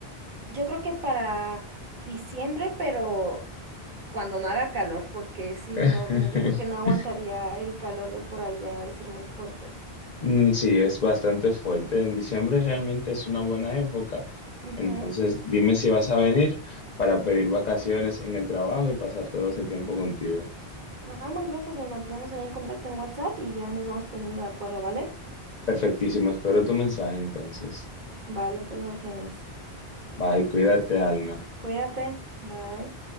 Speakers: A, on the right; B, on the left.
A: yo creo que para diciembre, pero cuando no haga calor, porque sí,
B: <laughs>
A: no, no, yo creo que no aguantaría el calor de por allá, de ser muy fuerte.
B: Mm, Sí, es bastante fuerte. En diciembre realmente es una buena época.
A: Ujú.
B: Entonces, dime si vas a venir para pedir vacaciones en el trabajo y pasar todo ese tiempo contigo.
A: Ah, muy bien, pues nos mantenemos ahí en contacto en WhatsApp y ya nos vamos poniendo de acuerdo, ¿vale?
B: Perfectísimo. Espero tu mensaje entonces.
A: Vale, pues Argenis.
B: Bye, cuídate, Alma.
A: Cuídate, bye.